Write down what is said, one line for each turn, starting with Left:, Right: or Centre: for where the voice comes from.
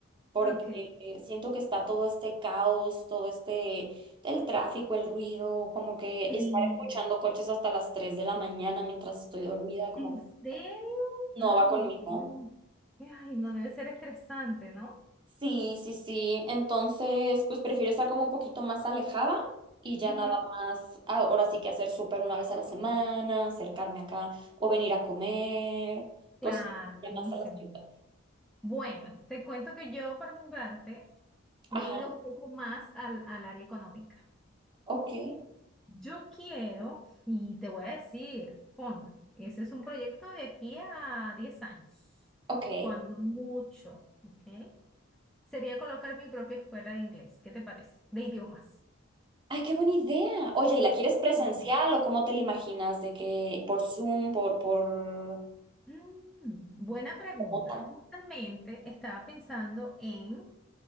Right: porque
Centre: ok.
Right: eh, siento que está todo este caos, todo este, el tráfico, el ruido, como que
Centre: Sí.
Right: estar escuchando coches hasta las 3 de la mañana mientras estoy dormida, como
Centre: ¿En serio?
Right: que no
Centre: Ay,
Right: va conmigo.
Centre: no. Ay, no debe ser estresante, ¿no?
Right: Sí, sí, sí. Entonces, pues prefiero estar como un poquito más alejada y ya
Centre: Ujú.
Right: nada más, ahora sí que hacer súper una vez a la semana, acercarme acá o venir a comer, cosas
Centre: Claro,
Right: que vayan
Centre: buenísimo.
Right: más a la ciudad.
Centre: Bueno, te cuento que yo, por mi parte, me
Right: Ajá,
Centre: he ido un poco más al, al área económica.
Right: ok,
Centre: Yo quiero, y te voy a decir, ponle, ese es un proyecto de aquí a 10 años,
Right: ok.
Centre: cuando mucho, ¿ok? Sería colocar mi propia escuela de inglés. ¿Qué te parece? De idiomas.
Right: Ay, qué buena idea. Oye, ¿y la quieres presencial
Centre: Ujú.
Right: o cómo te la imaginas? De que
Centre: Ju-
Right: por Zoom, por, por
Centre: Mm, buena pregunta.
Right: remota.
Centre: Justamente estaba pensando en